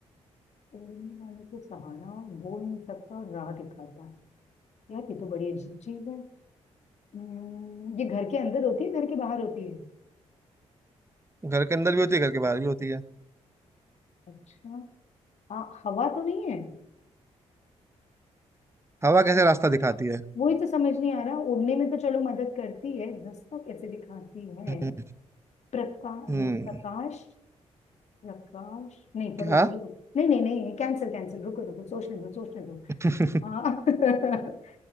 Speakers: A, on the left; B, on the right.
A: उड़ने वालों को सहारा और बोल नहीं सकता और राह दिखाता हूँ यार ये तो बड़ी अजीब चीज है हम्म, ये घर के अंदर होती है घर के बाहर होती है
B: घर के अंदर भी होती है घर के बाहर भी होती है
A: अच्छा हाँ हवा तो नहीं है
B: हवा कैसे रास्ता दिखाती है
A: वही तो समझ नहीं आ रहा उड़ने में तो चलो मदद करती है रास्ता कैसे दिखाती है
B: हम्म
A: प्रकाश
B: हम्म।
A: नहीं प्रकाश प्रकाश नहीं पर
B: क्या
A: उड़ी हो- नहीं नहीं नहीं कैंसिल कैंसिल रुको रुको सोचने दो सोचने दो
B: <laughs>
A: हाँ <laughs>